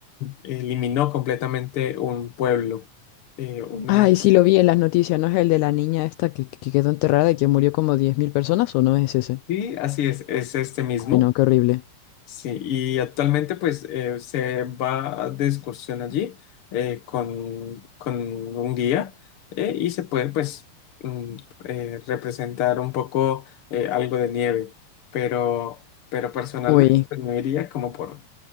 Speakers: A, on the left (about 50°); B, on the left (about 80°).
A: eliminó completamente un pueblo. eh, una...
B: Ay, sí lo vi en las noticias, ¿no es el de la niña esta que, que quedó enterrada y que murió como 10.000 personas o no es ese?
A: Sí, así es, es este mismo.
B: Ay, no, qué horrible.
A: Sí, y actualmente pues eh, se va de excursión allí eh, con, con un guía eh, y se puede pues mm, eh, representar un poco eh, algo de nieve, pero, pero personalmente
B: Uy,
A: pues no iría como por